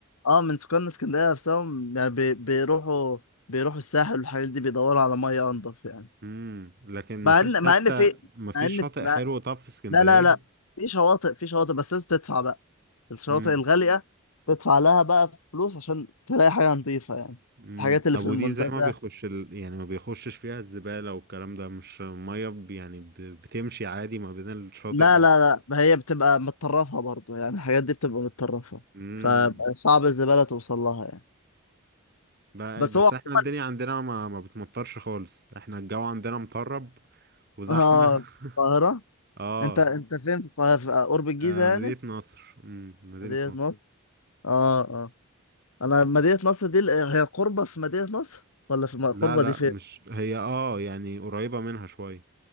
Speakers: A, on the left (about 85°); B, on the right (about 45°).
A: اه من سكان اسكندرية نفسهم يعني بي... بيروحوا بيروحوا الساحل والحاجات دي بيدوروا على مية أنضف يعني
B: امم لكن
A: مع
B: ما فيش
A: ان
B: حتة
A: مع ان في
B: ما فيش
A: مع ان
B: شاطئ
A: مع...
B: حلو طب في اسكندرية
A: لا لا لا في شواطئ في شواطئ بس لازم تدفع بقى الشواطئ
B: امم
A: الغالية تدفع لها بقى فلوس عشان تلاقي حاجة نظيفة يعني
B: امم
A: الحاجات اللي
B: ابو
A: في المنتزه
B: دي زي ما بيخش ال... يعني ما بيخشش فيها الزبالة والكلام ده مش مية ب... يعني ب... بتمشي عادي ما بين الشاطئ
A: لا
B: و...
A: لا لا ما هي بتبقى متطرفة برضو يعني الحاجات دي بتبقى متطرفة
B: امم
A: فصعب الزبالة توصل لها يعني
B: ده
A: بس
B: بس
A: هو عموما
B: احنا الدنيا عندنا ما, ما بتمطرش خالص احنا الجو عندنا مطرب وزحمة
A: اه القاهرة
B: <laughs> اه
A: انت انت فين في القاهرة في قرب الجيزة
B: آه،
A: يعني
B: مدينة نصر مم. مدينة
A: مدينة
B: نصر
A: نصر اه اه انا مدينة نصر دي هي قربة في مدينة نصر ولا في القربة
B: لا لا
A: دي فين؟
B: مش هي اه يعني قريبة منها شوية